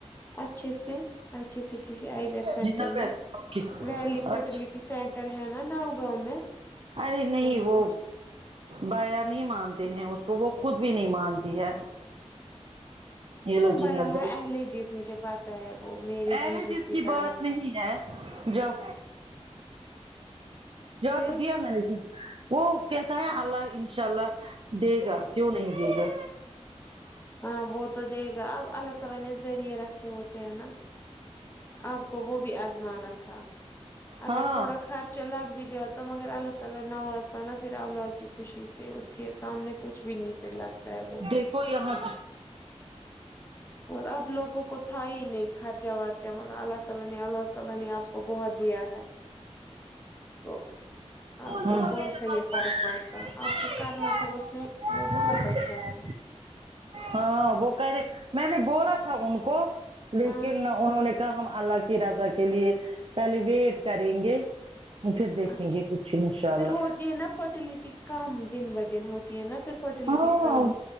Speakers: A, on the left; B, on the right.
A: اچھے سے اچھے سے کسی آی بی ایف سینٹر
B: جنگل بیل
A: میں
B: اوکے
A: ویلی فرٹیلٹی
B: اچھا
A: سینٹر گھر ہے نہ نہ گاؤں میں
B: ارے نہیں
A: بھی
B: وہ
A: اچھا
B: بایا نہیں مانتے ہیں اس کو وہ خود بھی نہیں مانتی ہے یہ
A: کیوں
B: لو
A: بھیا
B: جنگل
A: ہے
B: بیل
A: اہلے دس مجھے پتہ ہے وہ میرے
B: ارے
A: جیجو
B: جس
A: کی طرح
B: بات نہیں ہے جاؤ جواب
A: پھر
B: دیا مہینے وہ کہتا ہے اللہ انشاء اللہ دے گا کیوں نہیں دے گا
A: ہاں وہ تو دے گا اب اللہ تعالی نے ذریعے رکھے ہوتے ہیں نا آپ کو وہ بھی آزمانا تھا
B: ہاں
A: اگر تھوڑا خرچ چلاگ بھی جاتا مگر اللہ تعالی نوازتا نا پھر اولاد کی خوشی سے اس کے سامنے کچھ بھی نہیں پھر لگتا ہے وہ
B: دیکھو یہا
A: اور اب لوگوں کو تھا ہی نہیں خرچہ ورچہ مطب اللہ تعالی نے اللہ لہ نے آپ کو بہت دیا ہے تو آپ
B: ہاں
A: کو کون سا یہ فرق پڑھتا آپ کو کرنا تھا اس میں وہ بہت اچھا ہے
B: ہاں وہ کہہ رہے میں نے بولا تھا ان کو لیکن
A: ہاں
B: انہوں نے کہا ہم الله کی رضا کے لیے پہلے ویٹ کریں گے ہم پھر دیکھیں
A: اچھا
B: گے کچھ ان شاء اللہ
A: پھر ہوتی ہے نا فرٹیلٹی کم دن ب دن ہوتی ہے نا پھر فرٹیلٹی
B: ہاں
A: کم